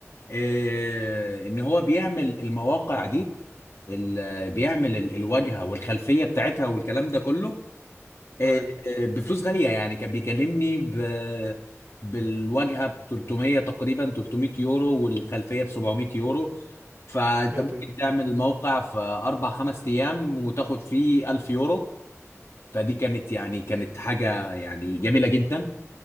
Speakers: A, on the left; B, on the right.
A: آه، ان هو بيعمل المواقع دي ال- بيعمل ال- الواجهه والخلفيه بتاعتها والكلام ده كله آه،
B: ايوه
A: آه، بفلوس غالية يعني كان بيكلمني ب... بالواجهة ب 300 تقريبا 300 يورو والخلفية ب 700 يورو فانت
B: ايه
A: ممكن
B: ده
A: تعمل موقع في اربع خمس ايام وتاخد فيه 1000 يورو فدي كانت يعني كانت حاجة يعني جميلة جدا